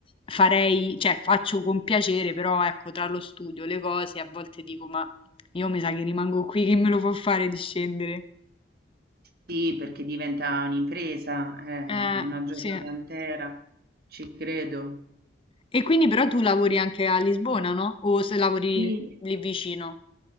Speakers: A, on the left; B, on the right.
A: farei, cioè faccio con piacere, però ecco, tra lo studio, le cose, a volte dico, ma io mi sa che rimango qui, che me lo fa fare di scendere?
B: Sì, perché diventa un'impresa, eh,
A: Eh,
B: una giornata
A: sì.
B: intera, ci credo.
A: E quindi però tu lavori anche a Lisbona, no? O se lavori
B: Sì.
A: lì vicino?